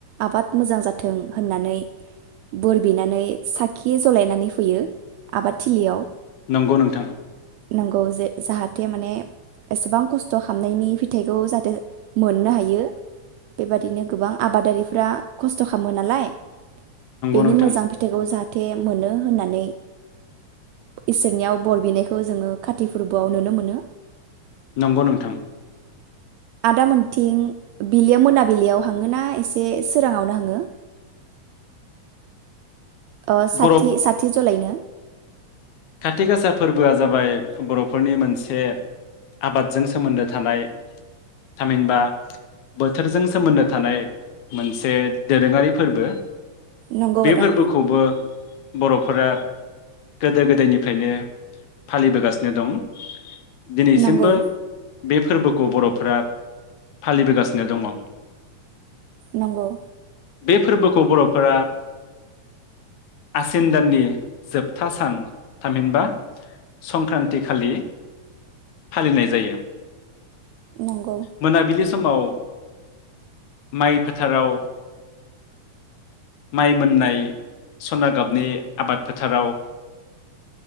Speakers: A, on the right (about 80°); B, on the left (about 75°).
A: आबाद मोजां जाथों होननानै बोर बिनानै साखि जलायनानै होयो आबाद थिलियाव
B: नंगौ नोंथां
A: नंगौ जे जाहाथे माने एसेबां खस थ'' खामनायनि फिथाइखौ जाहाथे मोननो हायो। बेबादिनो गोबां आबादारिफ्रा खस्थ' खामो नालाय बेनि
B: नंगौ नोंथां
A: मोजां फिथाइखौ जाहा थे मोनो होननानै इसोरनियाव बर बिनायखौ जोङो काथि फोरबोआव नुनो मोनो।
B: नंगौ नोंथां।
A: आदा मोनथिं बिलियाव मोनाबिलियाव हाङो ना एसे सोराङावनो हाङो? ओ साथि
B: बर'
A: साथि जलायनो।
B: खाथि गासा फोरबोआ जाबाय बर'फोरनि मोनसे आबादजों सोमोन्दो थानाय थामहिनबा बोथोरजों सोमोन्दो थानाय मोनसे दोरोङारि फोरबो।
A: नंगौ
B: बे
A: आदा
B: फोरबोखौबो बर'फोरा गोदो गो <unintelligible> निफ्रायनो फालिबोगासिनो दं। दिनैसिमबो
A: नंगौ
B: बे फोरबोखौ बर'फोरा फालिबोगासिनो दङ'।
A: नंगौ
B: बे फोरबोखौ बर'फोरा आसिन दाननि जोबथा सान थामहिनबा संक्रान्ति खालि फालिनाय जायो।
A: नंगौ
B: मोनाबिलि समाव माइ फोथाराव माइ मोननाय स'ना गाबनि आबाद फोथाराव